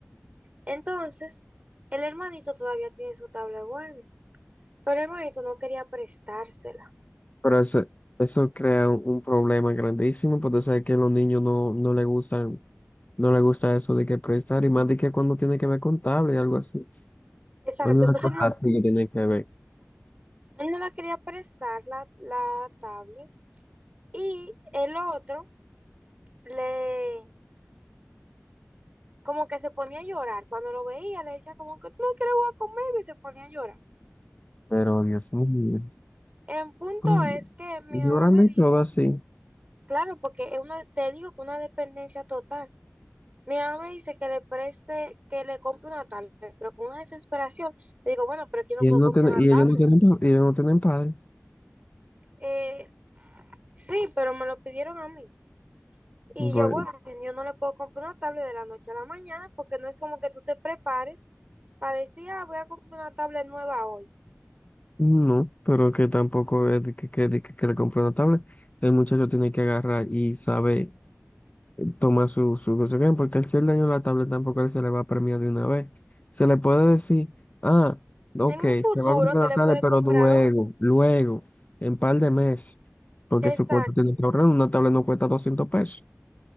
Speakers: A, on the right; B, on the left.
A: Entonces, el hermanito todavía tiene su tablet buena, pero el hermanito no quería prestársela.
B: Pero eso, eso crea un, un problema grandísimo, porque tú sabes que a los niños no, no les gustan, no les gusta eso de que prestar, y más de que cuando tiene que ver con tablet y algo así.
A: Exacto,
B: Alguna
A: entonces
B: cosa
A: no-
B: así que tiene que ver.
A: él no la quería prestar la, la tablet y el otro le, como que se ponía a llorar. Cuando lo veía le decía como que no, que le voy a comer y se ponía a llorar.
B: Pero Dios mío.
A: El punto
B: Mm,
A: es que mi
B: Llorando
A: mamá me
B: y
A: dice,
B: todo así.
A: claro, porque es una, te digo que una dependencia total. Mi mamá me dice que le preste, que le compre una tablet, pero con una desesperación le digo, bueno, pero aquí no
B: Y
A: puedo
B: él no
A: comprar
B: tiene,
A: una
B: y
A: tablet.
B: ellos no tienen, pa- y ellos no tienen padre.
A: Eh, sí, pero me lo pidieron a mí. Y
B: Bueno,
A: yo, bueno, yo no le puedo comprar una tablet de la noche a la mañana porque no es como que tú te prepares para decir, ah, voy a comprar una tablet nueva hoy.
B: no, pero que tampoco es de que, que, de que, que le compró una tablet. El muchacho tiene que agarrar y saber. toma su, su consecuencia, porque al ser daño a la tablet tampoco a él se le va a premiar de una vez. Se le puede decir, ah, ok,
A: En un futuro
B: se va a comprar
A: se
B: la
A: le
B: tablet,
A: puede
B: pero
A: comprar
B: luego,
A: otra.
B: luego, en par de meses, porque
A: Exacto.
B: su cuarto tiene que ahorrar, una tablet no cuesta doscientos pesos.